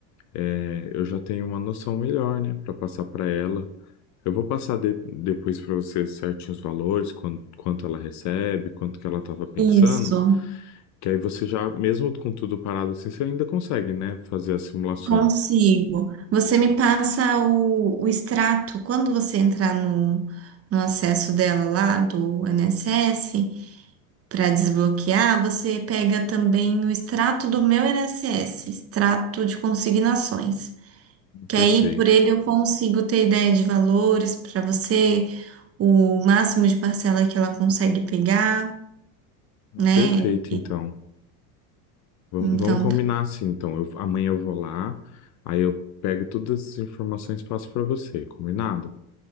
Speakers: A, on the left; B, on the right.
A: é, eu já tenho uma noção melhor, né? Para passar para ela. Eu vou passar de- depois para você certinho os valores, quan- quanto ela recebe, quanto que ela estava pensando,
B: Isso,
A: que aí você já, mesmo com tudo parado assim, você ainda consegue, né? Fazer as simulações.
B: consigo. Você me passa o, o extrato quando você entrar no, no acesso dela lá do INSS para desbloquear. Você pega também o extrato do meu INSS, extrato de consignações. Que
A: Perfeito.
B: aí por ele eu consigo ter ideia de valores para você, o máximo de parcela que ela consegue pegar, né?
A: Perfeito,
B: E-
A: então. Vam-
B: Então
A: Vamos combinar assim, então. Eu- amanhã eu vou lá, aí eu pego todas as informações e passo para você, combinado?